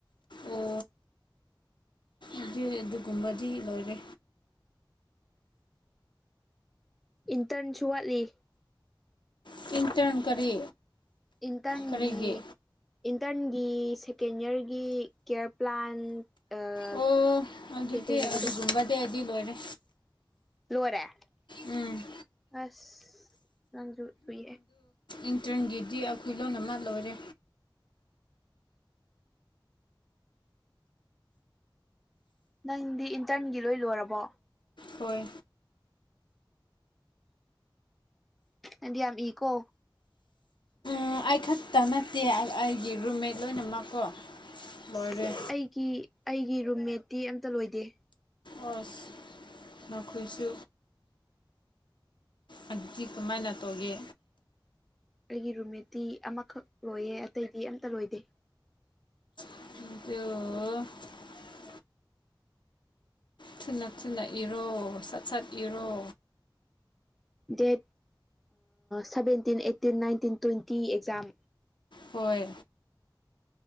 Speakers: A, on the left; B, in the centre.
A: ꯑꯣ ꯑꯗꯨ ꯑꯗꯨꯒꯨꯝꯕꯗꯤ ꯂꯣꯏꯔꯦ
B: ꯏꯟꯇꯔꯟꯁꯨ ꯋꯥꯠꯂꯤ
A: ꯆꯟꯇ꯭ꯔꯟ ꯀꯔꯤ
B: ꯏꯟꯇꯪꯒ
A: ꯀꯔꯤꯒꯤ
B: ꯏꯟꯇꯒꯤ ꯁꯦꯀꯦꯟ ꯏꯌꯥꯔꯒꯤ ꯀꯦꯌꯔ ꯄ꯭ꯂꯥꯟ ꯑꯥ
A: ꯑꯣ ꯑꯗꯨꯗꯤ
B: ꯀꯩꯀꯩ ꯏꯕꯗꯣ
A: ꯑꯗꯨꯒꯨꯝꯕꯗꯤ ꯑꯩꯗꯤ ꯂꯣꯏꯔꯦ
B: ꯂꯣꯏꯔꯦ
A: ꯎꯝ
B: ꯑꯁ ꯂꯪꯁꯨ ꯊꯨꯏꯦ
A: ꯏꯟꯇ꯭ꯔꯟꯒꯤꯗꯤ ꯑꯩꯈꯣꯏ ꯂꯣꯟ ꯑꯃ ꯂꯣꯏꯔꯦ
B: ꯅꯪꯗꯤ ꯏꯟꯇꯔꯟꯒꯤ ꯂꯣꯏ ꯂꯣꯏꯔꯕꯣ
A: ꯍꯣꯏ
B: ꯑꯦꯗꯤ ꯌꯥꯝ ꯏꯀꯣ
A: ꯎ ꯑꯩ ꯈꯛꯇ ꯅꯠꯇꯦ ꯑꯩꯒꯤ ꯔꯨꯝꯃꯦꯠ ꯂꯣꯏꯅꯃꯛꯀꯣ ꯂꯣꯏꯔꯦ
B: ꯑꯁ ꯑꯩꯒꯤ ꯑꯩꯒꯤ ꯔꯨꯝꯃꯦꯠꯇꯤ ꯑꯝꯇ ꯂꯣꯏꯗꯦ
A: ꯑꯣ ꯅꯈꯣꯏꯁꯨ ꯑꯗꯨꯗꯤ ꯀꯃꯥꯏꯅ ꯇꯧꯒꯦ
B: ꯑꯩꯒꯤ ꯔꯨꯝꯃꯦꯠꯇꯤ ꯑꯃꯈꯛ ꯂꯣꯏꯌꯦ ꯑꯇꯩꯗꯤ ꯑꯝꯇ ꯂꯣꯏꯗꯦ
A: ꯗ ꯊꯨꯅ ꯊꯨꯅ ꯏꯔꯣ ꯁꯠ ꯁꯠ ꯏꯔꯣ
B: date seventeen eighteen nineteen twenty exam
A: ꯍꯣꯏ